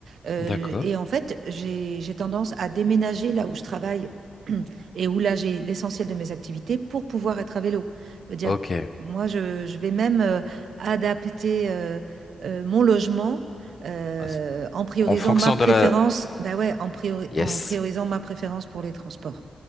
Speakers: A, on the right (about 75°); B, on the left (about 35°).
A: euh,
B: D'accord.
A: et en fait, j'ai j'ai tendance à déménager là où je travaille <clears throat> et où là j'ai l'essentiel de mes activités pour pouvoir être à vélo. C'est-à-dire,
B: Ok.
A: moi, je, je vais même euh, adapter euh, euh, mon logement euh,
B: Ah, c'est-
A: en priorisant
B: En fonction
A: ma préférence,
B: de la...
A: bah ouais, en priori-
B: Yes.
A: en priorisant ma préférence pour les transports.